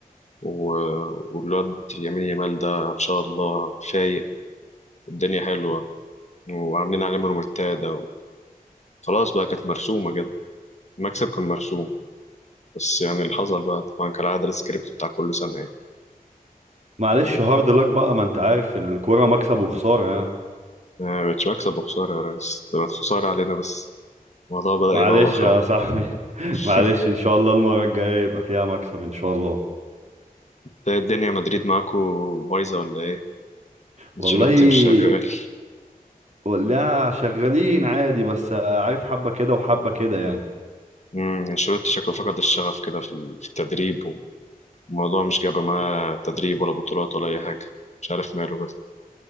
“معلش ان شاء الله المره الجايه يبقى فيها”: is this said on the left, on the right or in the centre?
Right